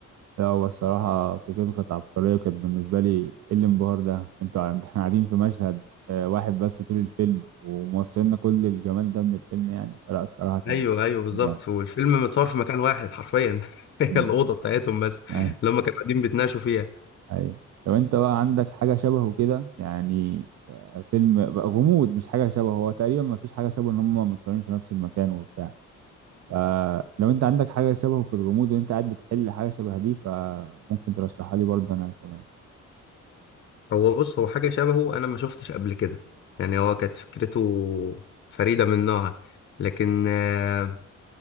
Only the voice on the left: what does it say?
ايوه ايوه بالظبط
والفيلم متصور في مكان واحد حرفيا <laughs> هي
الاوضه بتاعتهم بس
اللي هم كانوا قاعدين بيتناقشوا فيها
هو بص هو حاجة شبهه أنا ما شفتش قبل كده يعني هو كانت فكرته فريدة من نوعها لكن آه،